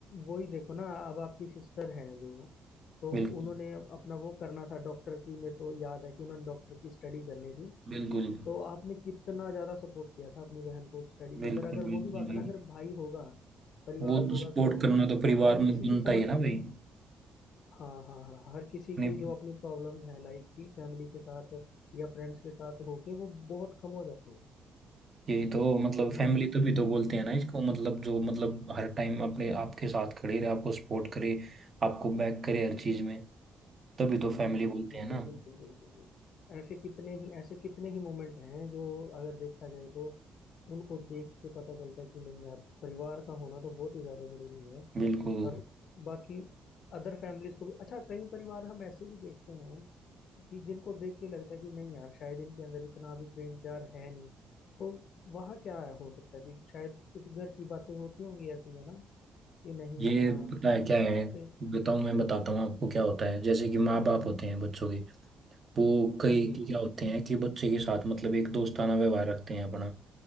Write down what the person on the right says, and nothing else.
बिल्कुल
बिल्कुल
बिल्कुल
बिल्कुल
भाई
वो तो
सपोर्ट
करना
तो परिवार
में
बनता
ही है ना भाई
अपने
यही तो मतलब
फैमिली
तो भी तो बोलते
हैं ना इसको मतलब जो मतलब हर टाइम अपने आपके साथ खड़े रहे आपको सपोर्ट करे आपको बैक करे हर चीज में तभी तो फैमिली
बोलते
हैं ना
बिल्कुल
ये
पता है क्या है
बताऊं मैं बताता हूँ आपको
क्या होता है जैसे कि माँ बाप
होते हैं बच्चों के वो कई
क्या होते हैं कि बच्चे के साथ मतलब एक दोस्ताना व्यवहार रखते हैं अपना